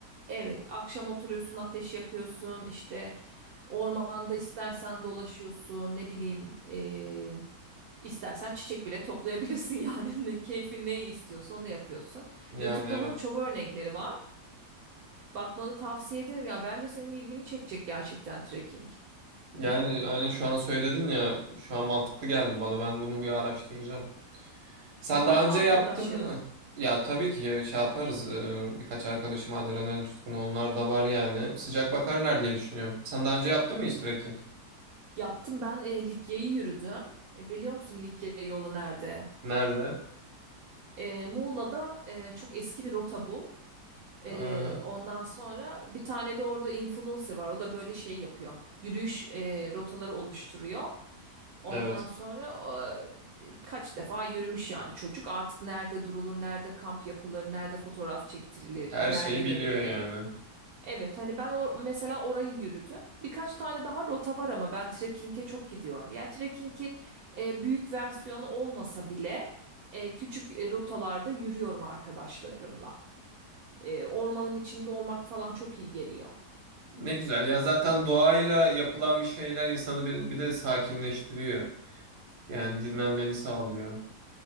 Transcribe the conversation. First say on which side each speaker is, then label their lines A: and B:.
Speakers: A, on the right (about 70°); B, on the right (about 45°).
A: Evet, akşam oturuyorsun, ateş yakıyorsun, işte ormanda istersen dolaşıyorsun, ne bileyim, eee, istersen çiçek bile toplayabilirsin <laughs> yani. Ne- Keyfin neyi istiyorsa onu yapıyorsun.
B: Yani
A: YouTube'da
B: evet.
A: bunun çok örnekleri var. Bakmanı tavsiye ederim ya. Bence senin ilgini çekecek gerçekten trekking.
B: Yani aynen şu an söyledin ya şu an mantıklı geldi bana ben bunu bir araştıracağım. Sen
A: Var
B: daha
A: mı
B: önce
A: arkadaşların?
B: yaptın mı? Ya tabii ki ya, şey yaparız Ee, birkaç arkadaşım adrenalin tutkunu onlar da var yani sıcak bakarlar diye düşünüyorum. Sen daha önce yaptın mı hiç trekking?
A: Yaptım ben e, Likya'yı yürüdüm. E, biliyor musun Likya yolu nerede?
B: Nerede?
A: E, Muğla'da e, çok eski bir rota bu. E,
B: Ha,
A: ondan sonra bir tane de orada influencer var. O da böyle şey yapıyor. Yürüyüş e, rotaları oluşturuyor. Ondan
B: evet
A: sonra e, kaç defa yürümüş yani çocuk. Artık nerede durulur, nerede kamp yapılır, nerede fotoğraf çektirilir,
B: her
A: nerede
B: şeyi
A: yemek
B: biliyor yani.
A: yenir. Evet hani ben or mesela orayı yürüdüm. Birkaç tane daha rota var ama ben trekking'e çok gidiyorum. Yani trekking'in e, büyük versiyonu olmasa bile e, küçük e, rotalarda yürüyorum arkadaşlarımla. E, ormanın içinde olmak falan çok iyi geliyor.
B: Ne güzel ya zaten doğayla yapılan bir şeyler insanı bir, bir de sakinleştiriyor. Yani dinlenmeni sağlıyor.